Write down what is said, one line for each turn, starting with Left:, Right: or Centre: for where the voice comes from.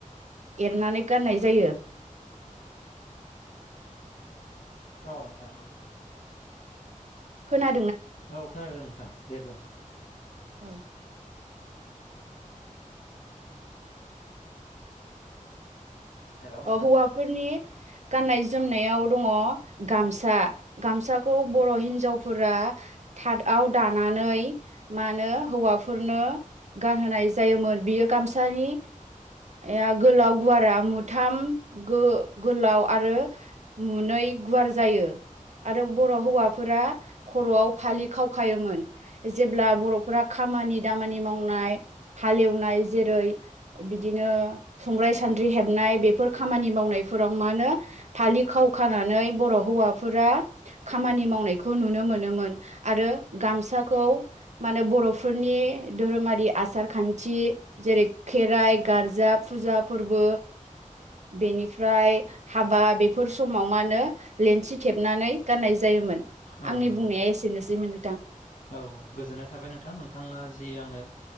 Right: एरनानै गाननाय जायो।
Left: औ नोंथां औ।
Right: खोना
Left: औ खोनादों नोंथां दे बुं
Right: औ
Left: हेलौ नोंथां
Right: औ हौवाफोरनि गाननाय जोमनायाव दङ गामसा गामसाखौ बर' हिनजावफोरा थाथआव दानानै मा होनो हौवाफोरनो गानहोनाय जायोमोन बियो गामसानि या गोलाव गुवारा मु थाम गो गोलाव आरो मुनै गुवार जायो आरो बर' हौवाफोरा खर'आव फालि खावखायोमोन जेब्ला बर'फोरा खामानि दामानि मावनाय हालेवनाय जेरै बिदिनो संग्राय सान्द्रि हेबनाय बेफोर खामानि मावनायफोराव मा होनो फालि खाव खानानै बर' हौवाफोरा खामानि मावनायखौ नुनो मोनोमोन आरो गामसाखौ मा होनो बर'फोरनि धोरोमारि आसार खान्थि जेरै खेराइ गार्जा फुजा फोरबो बेनिफ्राय हाबा बेफोर समाव मा होनो लेन्थि थेबनानै गाननाय जायोमोन।
Left: औ
Right: आंनि
Left: नंगौ
Right: बुंनाया एसेनोसैमोन नोथां।
Left: औ गोजोननाय थाबाय नोंथां नोंथाङा जि आंनो